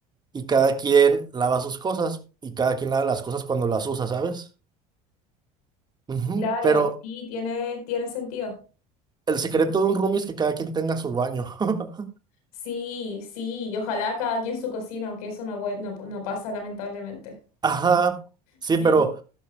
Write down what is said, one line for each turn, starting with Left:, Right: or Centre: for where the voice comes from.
Right: y cada quien lava sus cosas y cada quien lava las cosas cuando las usa, ¿sabes? Ujú,
Left: Claro,
Right: Pero
Left: sí, tiene, tiene sentido.
Right: el secreto de un roomie es que cada quien tenga su baño. <laughs>
Left: Sí, sí, y ojalá cada quien su cocina, aunque eso no, vue- no, no pasa lamentablemente.
Right: Ajá, sí,
Left: Sí,
Right: pero